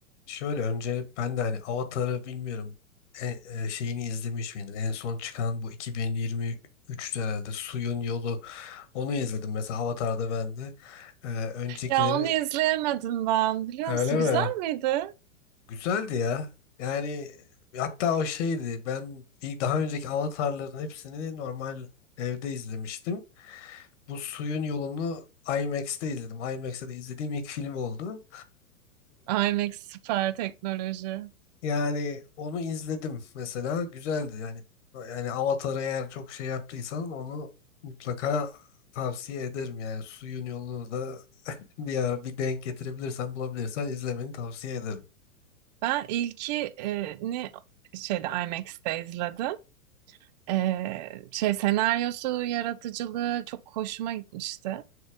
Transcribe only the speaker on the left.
şöyle önce ben de hani Avatar'ı bilmiyorum e- e, şeyini izlemiş miydim? En son çıkan bu 2023'te herhalde Suyun Yolu onu izledim mesela Avatar'da ben de. Ee, öncekileri
öyle
mi?
Güzeldi ya. Yani hatta o şeydi ben ilk daha önceki Avatar'ların hepsini normal evde izlemiştim. Bu Suyun Yolunu IMAX'te izledim. IMAX'te de izlediğim ilk film oldu.
Yani onu izledim mesela güzeldi yani yani Avatar'ı eğer çok şey yaptıysan onu mutlaka tavsiye ederim yani suyun yolunu da bir ara bir denk getirebilirsen bulabilirsen izlemeni tavsiye ederim.